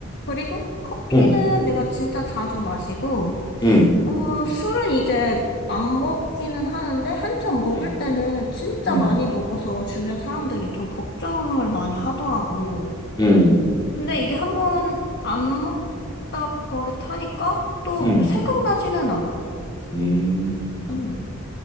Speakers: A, on the left (about 55°); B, on the left (about 20°).
A: 그리고 커피는
B: 음,
A: 내가 진짜 자주 마시고,
B: 음,
A: 어, 술은 이제 안 먹기는 하는데, 한참 먹을
B: 음,
A: 때는 진짜
B: 음,
A: 많이 먹어서 주변 사람들이 좀 걱정을 많이 하더라고.
B: 음,
A: 근데 이게 한번 안 먹다 버릇하니까 또
B: 음,
A: 생각나지는 않아.
B: 음.
A: 음.